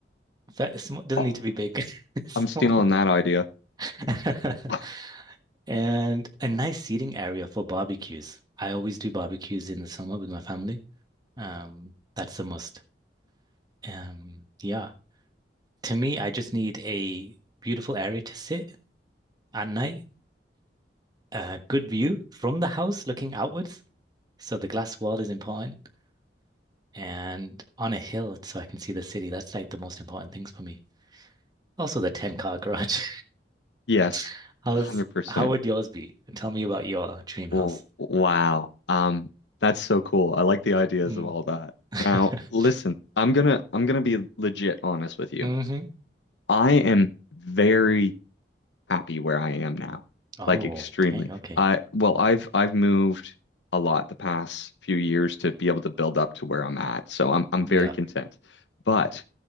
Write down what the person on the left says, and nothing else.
<gasps> Oh,
I'm stealing that idea.
<laughs>
Yes,
100%.
Well,
wow. Um, that's so cool. I like the ideas
of all that.
Now, listen, I'm gonna I'm gonna be legit honest with you.
I am very happy where I am now.
Like extremely.
I well, I've I've moved a lot the past few years to be able to build up to where I'm at. So I'm I'm
very content. But